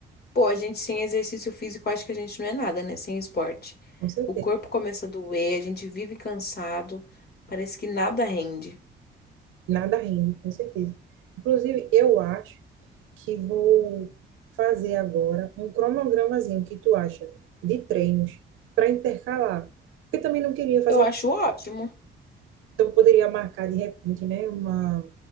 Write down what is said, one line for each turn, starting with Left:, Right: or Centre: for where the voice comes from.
Left: pô, a gente sem exercício físico, acho que a gente não é nada, né? Sem esporte.
Right: Com certeza.
Left: O corpo começa a doer, a gente vive cansado, parece que nada rende.
Right: Nada rende, com certeza. Inclusive, eu acho que vou fazer agora um cronogramazinho que tu acha de treinos para intercalar. Porque também não queria fazer,
Left: Eu acho ótimo.
Right: então eu poderia marcar de repente, né? Uma,